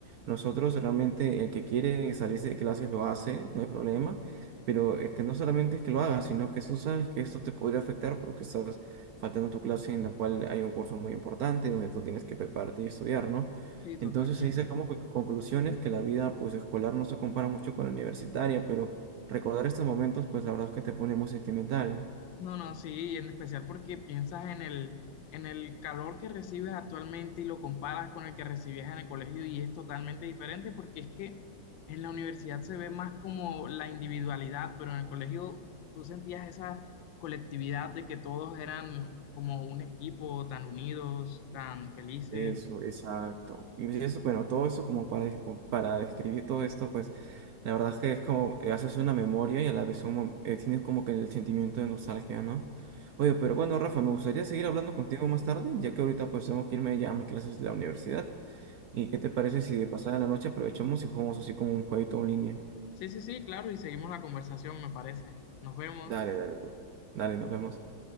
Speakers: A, on the right (about 70°); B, on the left (about 80°).
A: nosotros realmente el que quiere salirse de clases lo hace, no hay problema,
B: Sí, sí.
A: pero es que no solamente es que lo hagas, sino que tú sabes que esto te podría afectar porque estás faltando a tu clase en la cual hay un curso muy importante donde tú tienes que prepararte y estudiar, ¿no?
B: Sí, totalmente.
A: Entonces ahí sacamos co- conclusiones que la vida pues escolar no se compara mucho con la universitaria, pero recordar estos momentos pues la verdad es que te pone muy sentimental.
B: No, no, sí, y en especial porque piensas en el, en el calor que recibes actualmente y lo comparas con el que recibías en el colegio y es totalmente diferente porque es que en la universidad se ve más como la individualidad, pero en el colegio tú sentías esa colectividad de que todos eran como un equipo, tan unidos, tan felices.
A: Eso, exacto. Y eso, bueno, todo eso como para, descu- para describir todo esto, pues la verdad es que es como eh, haces una memoria y a la vez un mom- eh, tienes como que el sentimiento de nostalgia, ¿no? Oye, pero bueno, Rafa, me gustaría seguir hablando contigo más tarde, ya que ahorita pues tengo que irme ya a mis clases de la universidad. ¿Y qué te parece si de pasada la noche aprovechamos y jugamos así como un jueguito en línea?
B: Sí, sí, sí, claro, y seguimos la conversación, me parece. Nos vemos.
A: Dale, dale. dale. Dale, nos vemos.